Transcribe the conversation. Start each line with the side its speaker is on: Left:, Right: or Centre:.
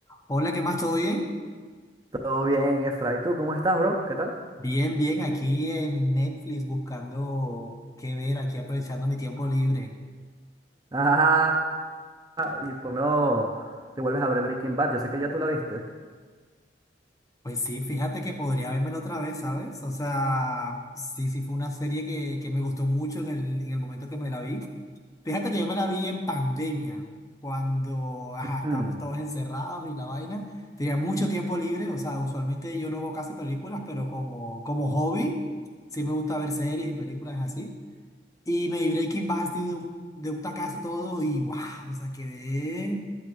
Left: Hola, ¿qué más? ¿Todo bien?
Right: Todo bien, Efra. ¿Y tú cómo estás, bro? ¿Qué tal?
Left: Bien, bien, aquí en Netflix buscando qué ver, aquí aprovechando mi tiempo libre.
Right: <laughs> Ajá. Y por no te vuelves a ver Breaking Bad. Yo sé que ya tú la viste.
Left: Pues sí, fíjate que podría vérmelo otra vez, ¿sabes? O sea, sí, sí fue una serie que, que me gustó mucho en el, en el momento que me la vi. Fíjate que yo me la vi en pandemia, cuando, ajá, estábamos
Right: Hmm.
Left: todos encerrados y la vaina. Tenía mucho tiempo libre, o sea, usualmente yo no veo casi películas, pero como, como hobby, sí me gusta ver series y películas así. Y me di Breaking Bad así de un, de un tacazo todo y wow, o sea, quedé